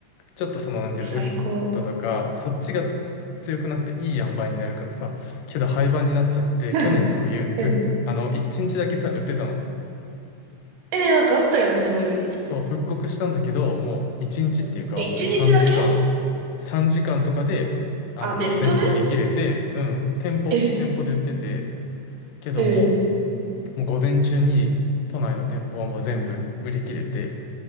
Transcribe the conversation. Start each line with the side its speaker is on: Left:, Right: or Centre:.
Left: ちょっとその、なんていうの、
Right: え、最高。
Left: ウッドとか、そっちが強くなっていい塩梅になるからさ、けど廃盤になっちゃって、
Right: <laughs>
Left: 去年の冬、
Right: え、
Left: う、
Right: ね。
Left: あの、一日だけさ、売ってたの。
Right: え、ね、なんかあったよね、そういう日。
Left: そう、復刻したんだけど、もう一日っていうか、
Right: うん。え、
Left: もう3時間、
Right: 一日だけ
Left: 3時間とかで、あの、
Right: あ、ネットで
Left: もう全部売り切れて、うん、店舗、
Right: うん <laughs>
Left: 店舗で売ってて、けども
Right: え、え、
Left: う、もう午前中に都内の店舗はもう全部売り切れて